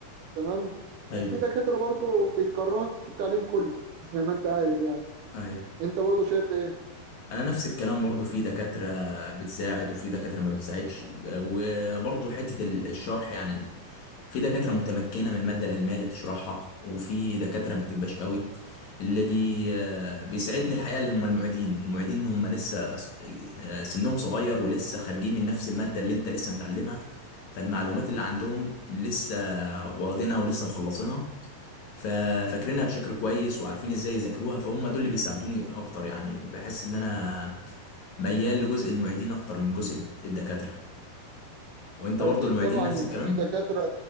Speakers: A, on the right; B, on the left.
A: تمام
B: ايوه
A: وفي دكاتره برضو بتكرهك في التعليم كله زي ما انت عارف يعني
B: ايوه
A: انت برضو شايف ايه
B: انا نفس الكلام برضو في دكاترة بتساعد وفي دكاترة ما بتساعدش وبرضو حتة ال- الشرح يعني في دكاترة متمكنة من المادة العلمية اللي بتشرحها وفي دكاترة ما بتبقاش قوي اللي بي بيساعدني الحقيقة اللي هم المعيدين المعيدين هم لسه ص- آه، سنهم صغير ولسه خارجين من نفس المادة اللي انت لسه متعلمها فالمعلومات اللي عندهم لسه واخدينها ولسه مخلصينها ففاكرينها بشكل كويس وعارفين ازاي يذاكروها فهم دول اللي بيساعدوني اكتر يعني بحس ان انا ميال لجزء المعيدين اكتر من جزء الدكاترة وانت
A: اكيد
B: برضو المعيدين
A: طبعا
B: نفس
A: وفي
B: الكلام
A: دكاتره